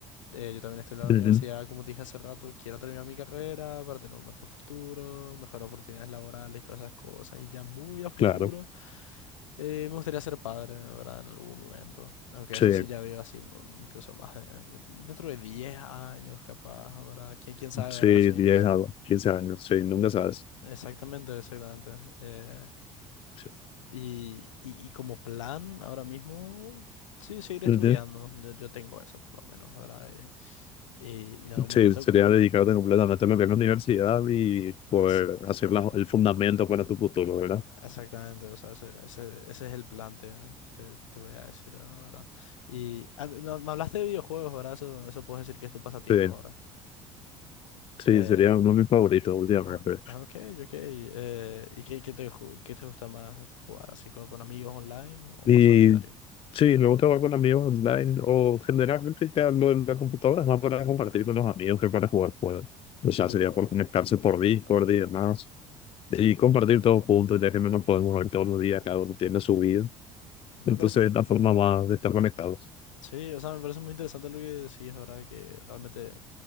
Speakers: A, on the left (about 80°); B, on the left (about 35°).
A: eh, yo también estoy en
B: Ujú.
A: la universidad, como te dije hace rato, quiero terminar mi carrera para tener un mejor futuro, mejor oportunidades laborales, todas esas cosas, y ya muy a futuro,
B: claro.
A: eh, me gustaría ser padre, ¿verdad? En algún momento, aunque
B: Sí,
A: eso sí ya veo así, mm, incluso más de- de- dentro de 10 años capaz, ¿verdad? ¿Quién, quién sabe,
B: sí,
A: ¿verdad? Sí,
B: 10 a 15 años. Sí, nunca sabes.
A: exactamente, exactamente. eh,
B: Sí,
A: y, y, y como plan, ahora mismo, sí, seguir estudiando,
B: Ujú.
A: yo, yo tengo eso por lo menos, ¿verdad? Eh, y en algún
B: Sí,
A: momento
B: sería
A: con-
B: dedicarte completamente a lo que es la universidad y poder
A: Esa-
B: hacer la- el fundamento para tu futuro, ¿verdad?
A: Exactamente, o sea, ese, ese- ese es el plan, te, te- te voy a decir ahora. Y ah, me me hablaste de videojuegos, ¿verdad? Eso, eso puedes decir que es tu pasatiempo
B: Sí,
A: ahora.
B: sí,
A: Eh,
B: sería uno de mis favoritos últimamente.
A: ok, ah, ok. ok, eh, ¿y qué, qué te, ju- qué te gusta más jugar? ¿Así con, con amigos online o
B: Y
A: más solitario?
B: sí, me gusta jugar con amigos online o generalmente ya lo en la computadora es más para compartir con los amigos que para jugar juegos. O sea,
A: Yo creo
B: sería
A: que...
B: por conectarse por Discord y demás y compartir todos juntos, ya que no nos podemos ver todos los días, cada uno tiene su vida.
A: Me
B: Entonces
A: parece...
B: es la forma más de estar conectados.
A: Sí, o sea, me parece muy interesante lo que decís, ¿verdad? Que realmente